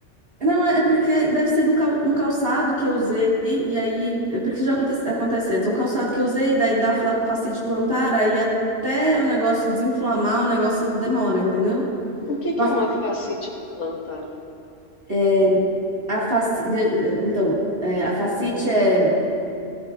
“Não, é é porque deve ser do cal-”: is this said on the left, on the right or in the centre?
Right